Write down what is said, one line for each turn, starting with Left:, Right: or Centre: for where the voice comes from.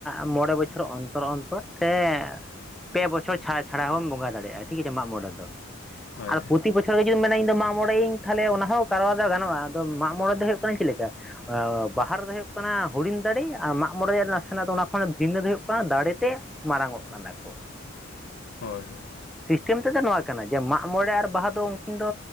Centre: ᱢᱚᱬᱮ ᱵᱚᱪᱷᱚᱨ ᱚᱱᱛᱚᱨ ᱚᱱᱛᱚᱨ ᱥᱮ ᱯᱮ ᱵᱚᱪᱷᱚᱨ ᱪᱷᱟᱲᱟ ᱪᱷᱟᱲᱟ ᱦᱚᱵᱚᱱ ᱵᱚᱸᱜᱟ ᱫᱟᱲᱮᱭᱟᱜᱼᱟ ᱴᱷᱤᱠ ᱟᱪᱷᱮ ᱢᱟᱜ ᱢᱚᱬᱮ ᱨᱮᱫᱚ
Left: ᱦᱳᱭ
Centre: ᱟᱨ ᱯᱨᱚᱛᱤ ᱵᱚᱪᱷᱚᱨ ᱜᱮ ᱡᱩᱫᱤᱢ ᱢᱮᱱᱟ ᱤᱧ ᱢᱟᱜ ᱢᱚᱬᱮᱧ ᱛᱟᱦᱚᱞᱮ ᱚᱱᱟ ᱦᱚᱸ ᱠᱟᱨᱣᱟ ᱫᱚ ᱜᱟᱱᱚᱜᱼᱟ, ᱟᱫᱚ ᱢᱟᱜ ᱢᱚᱬᱮ ᱫᱚ ᱦᱩᱭᱩᱜ ᱠᱟᱱᱟ ᱪᱮᱫ ᱞᱮᱠᱟ, ᱵᱟᱦᱟ ᱨᱮ ᱫᱚ ᱦᱩᱭᱩᱜ ᱠᱟᱱᱟ ᱦᱩᱰᱤᱧ ᱫᱟᱲᱮ ᱟᱨ ᱢᱟᱜ ᱢᱚᱬᱮ ᱨᱮᱭᱟᱜ ᱱᱟᱥᱮᱱᱟᱜ ᱫᱚ ᱚᱱᱟ ᱠᱷᱚᱱ ᱵᱷᱤᱱᱟᱹ ᱫᱚ ᱦᱩᱭᱩᱜ ᱠᱟᱱᱟ ᱫᱟᱲᱮ ᱛᱮ᱾ ᱢᱟᱨᱟᱝ ᱚᱜ ᱠᱟᱱᱟ ᱠᱚ᱾
Left: ᱦᱳᱭ ᱦᱳᱭ
Centre: ᱥᱤᱥᱴᱮᱢ ᱛᱮᱛᱫᱚ ᱱᱚᱣᱟ ᱠᱟᱱᱟ ᱡᱮ ᱢᱟᱜ ᱢᱚᱬᱮ ᱟᱨ ᱵᱟᱦᱟ ᱫᱚ ᱩᱱᱠᱤᱱ ᱫᱚ